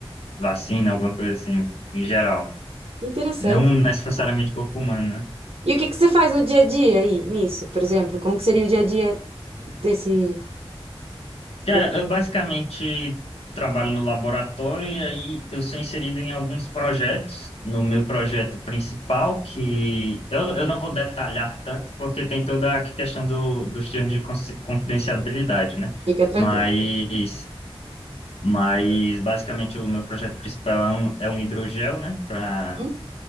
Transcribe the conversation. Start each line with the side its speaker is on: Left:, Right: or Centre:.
Left: vacina, alguma coisa assim, em geral.
Right: que interessante.
Left: Não necessariamente corpo humano, né?
Right: E o que que você faz no dia a dia aí, nisso, por exemplo? Como que seria o dia a dia desse...
Left: Cara,
Right: de-
Left: eu basicamente trabalho no laboratório e aí eu sou inserido em alguns projetos. No meu projeto principal, que eu, eu não vou detalhar tanto, porque tem toda a questão do, dos termos de consi- confidencialidade, né?
Right: Fica tranquilo.
Left: Mas, mas basicamente o meu projeto principal é um, é um hidrogel, né? Para
Right: Uhum,